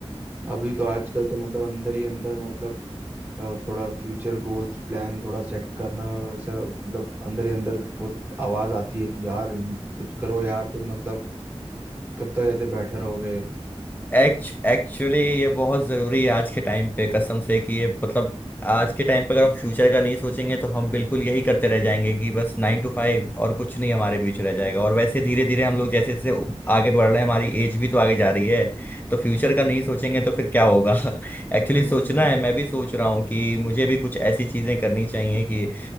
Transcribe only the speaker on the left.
एक्च एक्चुअली ये बहुत जरूरी है आज के टाइम पे कसम से कि ये मतलब आज के टाइम पे अगर हम फ्यूचर का नहीं सोचेंगे तो हम बिल्कुल यही करते रह जाएंगे कि बस नाइन टू फाइव और कुछ नहीं हमारे बीच रह जाएगा और वैसे धीरे धीरे हम लोग जैसे जैसे उ- आगे बढ़ रहे हैं हमारी एज भी तो आगे जा रही है तो फ्यूचर का नहीं सोचेंगे तो फिर क्या होगा <laughs> एक्चुअली
सोचना है मैं भी सोच रहा हूँ कि मुझे भी कुछ ऐसी चीजें करनी चाहिए कि